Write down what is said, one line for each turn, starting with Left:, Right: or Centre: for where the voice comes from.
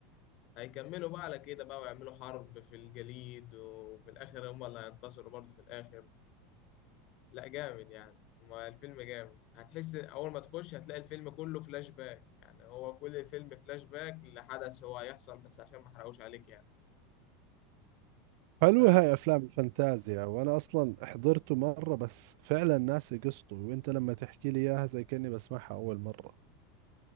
Left: هيكملوا بقى على كده بقى ويعملوا حرب في الجليد وفي الآخر هما اللي هينتصروا برضه في الآخر لا جامد يعني ما الفيلم جامد هتحس أول ما تخش هتلاقي الفيلم كله فلاش باك يعني هو كل الفيلم فلاش باك لحدث هو هيحصل بس عشان ما احرقوش عليك يعني
Right: حلوة
Left: ف...
Right: هاي أفلام الفانتازيا وأنا أصلا حضرته مرة بس فعلا ناسي قصته وأنت لما تحكي لي إياها زي كأني بسمعها أول مرة